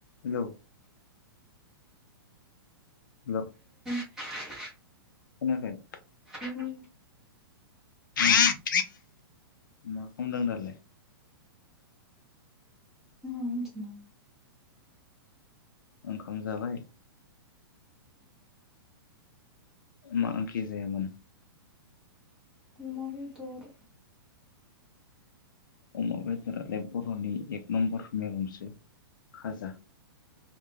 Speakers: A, on the left (about 55°); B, in the centre.
A: Hello
B: <unintelligible>
A: hello
B: <inaudible>
A: खोनायाखै
B: उम
A: उम, मा खामदों दालाय?
B: उनदुनानै
A: ओंखाम जाबाय? मा ओंखि जायामोन?
B: अमा बेदर
A: अमा बेदरालाय बर'नि एक नम्बर मेगंसो। खाजा